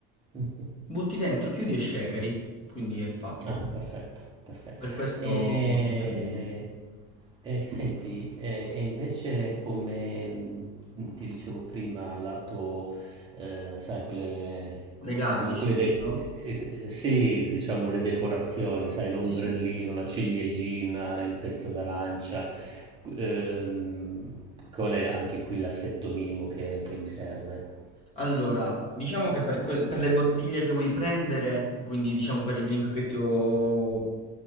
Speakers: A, on the right; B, on the left.
A: mh.
B: Butti dentro, chiudi e shakeri, quindi è fatto.
A: Ah, perfetto, perfetto.
B: Per questo
A: E,
B: tutto è bene.
A: e senti, e, e invece come mh, ti dicevo prima, lato, eh, sai, quelle,
B: Le garnish
A: que- quelle
B: dici,
A: de-
B: no?
A: eh, eh, sì, diciamo le decorazioni, sai, l'ombrellino,
B: Sì, sì.
A: la ciliegina, il pezzo d'arancia, ehm, qual è anche qui l'assetto minimo che, che mi serve?
B: Allora, diciamo che per, quel- per le bottiglie che vuoi prendere, quindi diciamo per i drink che ti ho